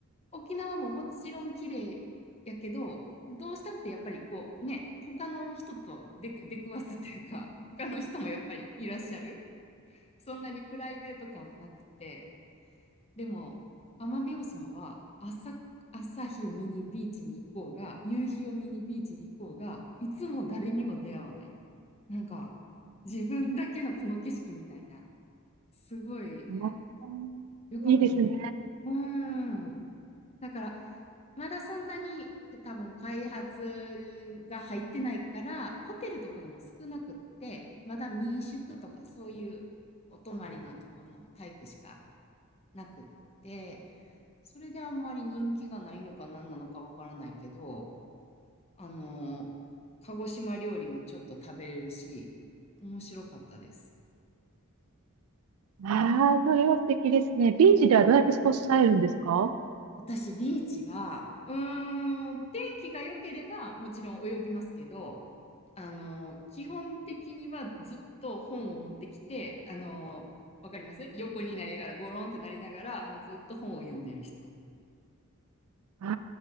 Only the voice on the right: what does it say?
うん
いいですね。
ああ、それは素敵ですね。ビーチではどうやって過ごされるんですか
ああ